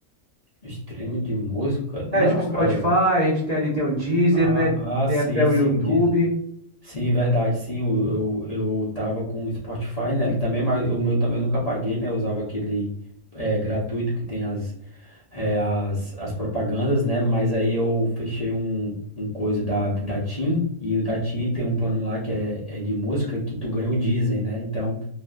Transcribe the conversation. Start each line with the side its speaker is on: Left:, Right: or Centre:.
Left: Stream de música? Não,
Right: É, tipo Spotify,
Left: cara. eu-
Right: a gente tem ali tem o Deezer,
Left: Ah,
Right: né?
Left: ah,
Right: Tem
Left: sim,
Right: até o
Left: sim,
Right: YouTube.
Left: o Deezer. Sim, verdade, sim, eu, eu, eu tava com o Spotify, né, ele também, mas o meu também eu nunca paguei, né, eu usava aquele é, gratuito que tem as, é, as, as propagandas, né, mas aí eu fechei um, um coisa da, da TIM, e o da TIM tem um plano lá que é, é de música que tu ganha o Deezer, né, então